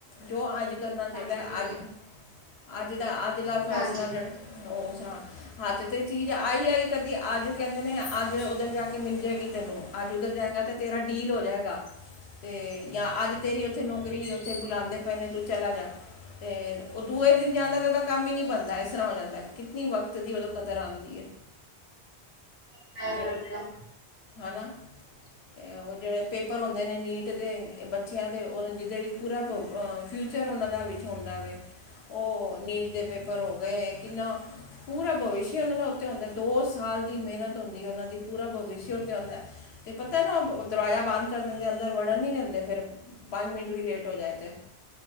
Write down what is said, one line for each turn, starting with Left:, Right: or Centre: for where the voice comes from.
Left: ਜੋ ਅੱਜ ਕਰਨਾ ਚਾਈਦਾ
Right: ਹਾਂਜੀ
Left: ਅੱਜ ਅੱਜ ਦਾ ਅੱਜ ਦਾ ਫੈਸਲਾ
Right: ਹਾਂਜੀ
Left: ਜਿਹੜਾ, ਹੋਰ ਸੁਣਾ ਹੱਥ ਤੇ ਚੀਜ਼ ਆਈ-ਆਈ ਕਦੀ ਅੱਜ ਕਹਿੰਦੇ ਨੇ, ਅੱਜ ਉੱਧਰ ਜਾ ਕੇ ਮਿਲ ਜਾਏਗੀ ਤੈਨੂੰ ਅੱਜ ਉੱਧਰ ਜਾਏਗਾ ਅਤੇ ਤੇਰਾ ਡੀਲ ਹੋ ਜਾਏਗਾ ਤੇ ਜਾਂ ਅੱਜ ਤੇਰੀ ਉੱਥੇ ਨੌਕਰੀ, ਉੱਥੇ ਬੁਲਾਉਂਦੇ ਪਏ ਨੇ ਤੂੰ ਚਲਾ ਜਾ। ਤੇ ਉਹ ਦੂਏ ਦਿਨ ਜਾਂਦਾ ਤੇ ਉਹਦਾ ਕੰਮ ਹੀ ਨਈ ਬਣਦਾ, ਇਸ ਤਰ੍ਹਾਂ ਹੋ ਜਾਂਦਾ ਕਿਤਨੀ ਵਕਤ ਦੀ ਉਦੋਂ ਕਦਰ ਆਉਂਦੀ ਐ।
Right: <inaudible> ਇਕਦਮ
Left: ਜਿਹੜਾ ਹੈਨਾ ਤੇ ਉਹ ਜਿਹੜੇ ਪੇਪਰ ਹੁੰਦੇ ਨੇ ਨੀਟ ਦੇ ਬੱਚਿਆਂ ਦੇ ਉਹ ਜਿਹਦੇ ਚ ਪੂਰਾ ਅ ਫਿਊਚਰ ਉਹਨਾਂ ਦਾ ਵਿੱਚ ਹੁੰਦਾ ਵੇ ਉਹ ਨੀਟ ਦੇ ਪੇਪਰ ਹੋ ਗਏ, ਕਿੰਨਾ ਪੂਰਾ ਭਵਿਸ਼ਯ ਉਹਨਾਂ ਦਾ ਉਤੇ ਹੁੰਦਾ, ਦੋ ਸਾਲ ਦੀ ਮਿਹਨਤ ਹੁੰਦੀ ਹੈ, ਉਹਨਾਂ ਦੀ ਭਵਿਸ਼ਯ ਉਤੇ ਹੁੰਦਾ ਐ। ਤੇ ਪਤਾ ਨਾ, ਉਹ ਦਰਵਾਜ਼ਾ ਬੰਦ ਕਰ ਦਿੰਦੇ, ਅੰਦਰ ਵੜਨ ਨੀ ਦਿੰਦੇ। ਅਗਰ ਪੰਜ ਮਿੰਟ ਵੀ ਲੇਟ ਹੋ ਜਾਏ ਤੇ